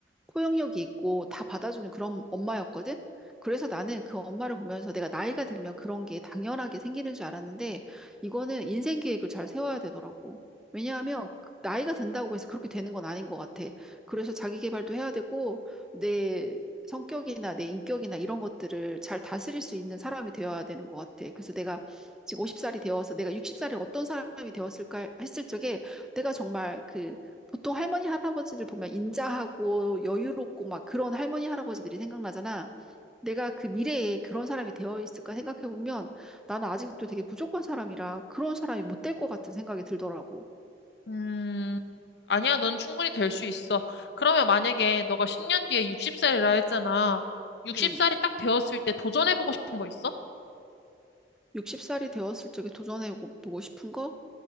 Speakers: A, in the centre; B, on the left.
A: 포용력이 있고 다 받아주는 그런 엄마였거든. 그래서 나는 그 엄마를 보면서 내가 나이가 들면 그런 게 당연하게 생기는 줄 알았는데 이거는 인생 계획을 잘 세워야 되더라고. 왜냐하면 그 나이가 든다고 해서 그렇게 되는 건 아닌 것 같아. 그래서 자기 개발도 해야 되고 내 성격이나 내 인격이나 이런 것들을 잘 다스릴 수 있는 사람이 되어야 되는 것 같아. 그래서 내가 지금 50살이 되어서 내가 60살에 어떤 사람이 되었을까 했을 적에 내가 정말 그 보통 할머니 할아버지들 보면 인자하고 여유롭고 막 그런 할머니 할아버지들이 생각나잖아. 내가 그 미래에 그런 사람이 되어 있을까 생각해 보면 나는 아직도 되게 부족한 사람이라 그런 사람이 못 될 것 같은 생각이 들더라고.
B: 음, 아니야, 넌 충분히 될 수 있어. 그러면 만약에 너가 10년 뒤에 60살이라 했잖아. 60살이
A: 음,
B: 딱 되었을 때 도전해보고 싶은 거 있어?
A: 60살이 되었을 적에 도전해 보고 싶은 거?